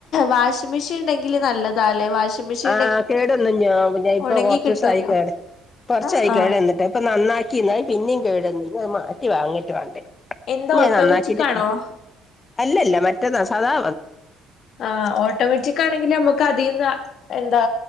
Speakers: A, on the left; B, on the left.
A: വാഷിംഗ മെഷീൻ ഉണ്ടെങ്കിൽ നല്ലതാല്ലെ വാഷിംഗ് വ മെഷീൻ
B: ആഹ കേടൊന്ന ഞ ഇപ്പൊ
A: ഉണങ്ങി
B: കൊറ
A: കിട്ടുവല്ലോ
B: ദിവസയി കേട് കുറച്ചായി
A: ആഹ്
B: കേഴന്നിട്ട് ഇപ്പൊ നന്നാക്കിന്ന പിന്നെയും കേഴന്ന അത് മാറ്റി വാങ്ങിട്ട വേണ്ടേ
A: എന്താ
B: ഞാൻ
A: ഓട്ടോമാറ്റിക്
B: നന്നാക്കിടുക്കാം
A: ആണോ
B: അല്ലല്ല മറ്റന്നാ സാധാ
A: ആഹ ഓട്ടോമാറ്റിക് ആണെങ്കിൽ നമ്മക്ക് അതിന്ന് എന്താ